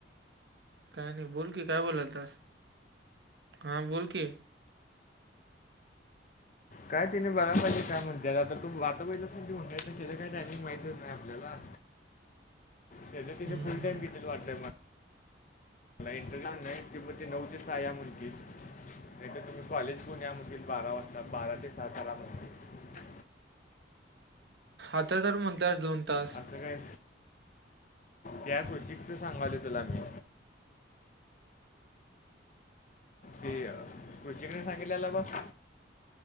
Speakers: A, on the right; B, on the left.
A: काय नाही बोल की, काय बोलालतास? हा बोलकी
B: काय तिने बघाय पाहिजे काय म्हणते आता तू आता बहिला कोण उद्याच टायमिंग काय माहतीच नाही आपल्याला त्या तर
A: हम्म
B: तिने फुल
A: हम्म
B: टाइम घितीला वाटतय मला मला इंटर ला नाही तिब ते नऊ ते सहाया म्हणतील <inaudible> नाही तरर तुम्ही कॉलेज पुण्या या म्हणती बारा वाजता बारा ते सात <inaudible> आरा म्हणे
A: आता तर म्हणतात दोन तास
B: असं काय त्या कृष <unintelligible> कच सांगालोय तुला मी ते कु्चिकने सांगितलेला बा <unintelligible>